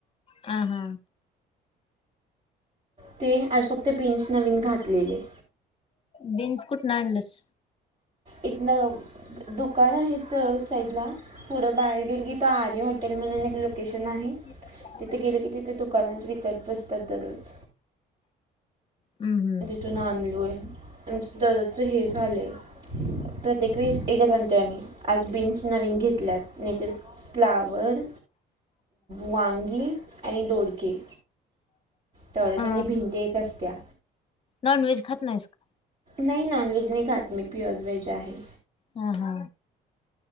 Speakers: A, on the left; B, on the right.
A: हा हा.
B: ते आज फक्त बीन्स नवीन घातलेले.
A: बीन्स कुठनं आणलस.
B: इथनं दुकान आहेत साईडला. पुढं बाहेर गेली तर आर्य हॉटेल म्हणून एक लोकेशन आहे
A: अच्छा.
B: तिथे गेले की तिथे दुकानात विकत बसतात दररोज.
A: हम् हम्म.
B: इथून आणलोय आमंच दरोजच हे झालंय. प्रत्येक वेळीस एकच आणतोय आम्ही. आज बीन्स नवीन घेतल्यात नाहीततर फ्लावर. वांगी आणि दोडके. तेवढ्या च्यांनी
A: अ
B: भिंडी एक असत्या.
A: नॉन वेज खात नाहीस का.
B: नाही नॉनव्हेज नाही खात मी प्युअर व्हेज आहे.
A: हा हा.